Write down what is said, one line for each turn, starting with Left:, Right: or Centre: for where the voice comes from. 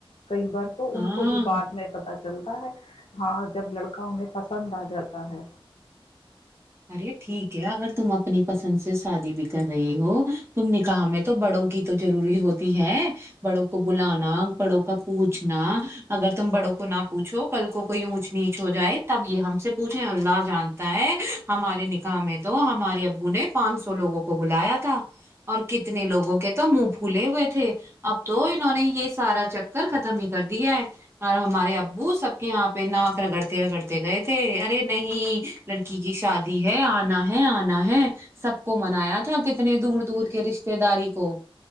Left: کئی بار تو
Right: ہاں
Left: ان کو بھی بعد میں پتا چلتا ہے ہاں جب لڑکا ہو نے پسند آ جاتا ہے
Right: ارے ٹھیک ہے اگر تم اپنی پسند سے شادی بھی کر رہی ہو تم نے کہا ہم تو بڑوں کی تو ضروری ہوتی ہے بڑوں کو بلانا بڑوں کا پوچھنا اگر تم بڑوں کو نہ پوچھو کل کو کوئی اونچ نیچ ہو جائے تب یہ ہم سے پوچھے اللہ جانتا ہے ہمارے نکاح میں تو ہمارے ابو نے پانچ سو لوگوں کو بلایا تھا اور کتنے لوگوں کے تھا منہ پھولے ہوئے تھے اب تو انہوں نے یہ سارا چکر ختم ہی کر دیا ہے اور ہمارے ابو سب کے ہاں پہ ناک رگڑتے رگڑتے گئے تھے ارے نہیں لڑکی ج شادی ہے آنا ہے آنا ہے سب کو منایا تھا کتنے دور دور کے رشتے داری کو